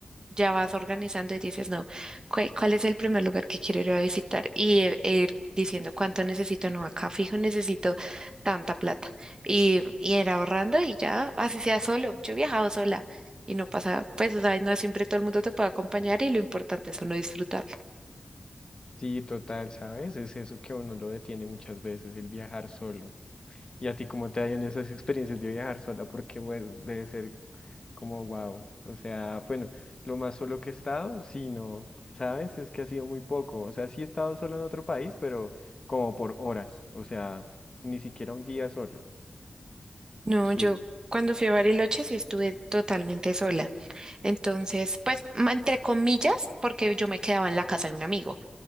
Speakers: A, on the right; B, on the left.
A: ya vas organizando y dices, no, ¿cuál, cuál es el primer lugar que quiero ir a visitar? Y eh, e ir diciendo cuánto necesito, no, acá fijo necesito tanta plata. Y, y ir ahorrando y ya, así sea solo. Yo he viajado sola y no pasa, pues, o sea, no siempre todo el mundo te puede acompañar y lo importante es uno disfrutarlo.
B: Sí, total, ¿sabes? Es eso que a uno lo detiene muchas veces, el viajar solo. ¿Y a ti cómo te ha ido en esas experiencias de viajar sola? Porque, bueno, debe ser como wow. O sea, bueno, lo más solo que he estado, sí, no, ¿sabes? Es que ha sido muy poco. O sea, sí he estado solo en otro país, pero como por horas. O sea, ni siquiera un día solo.
A: No,
B: Sí.
A: yo cuando fui a Bariloche sí estuve totalmente sola. Entonces, pues, ma- entre comillas, porque yo me quedaba en la casa de un amigo.